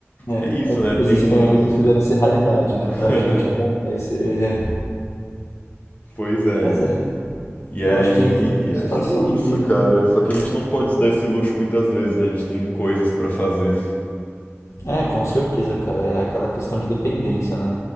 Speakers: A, on the left; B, on the left.
A: É,
B: é isso,
A: é que
B: né?
A: pros
B: Tem.
A: espanhóis isso deve ser raridade, né?
B: <laughs>
A: Pra gente acontece. é.
B: Pois é.
A: Mas é,
B: E
A: eu
B: aí,
A: acho que entra nessa situação
B: acho que é isso,
A: de
B: cara. Só que a gente não pode se dar esse luxo muitas vezes, né? A gente tem coisas pra fazer,
A: É, com certeza, cara. É aquela questão de dependência, né?